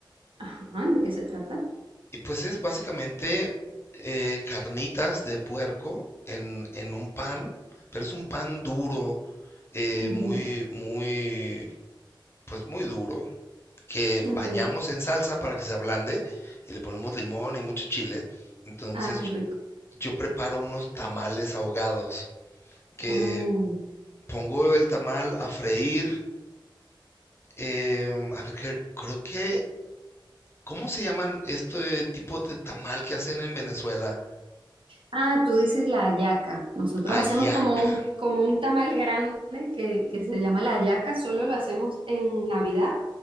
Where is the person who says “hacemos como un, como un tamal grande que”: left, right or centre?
Right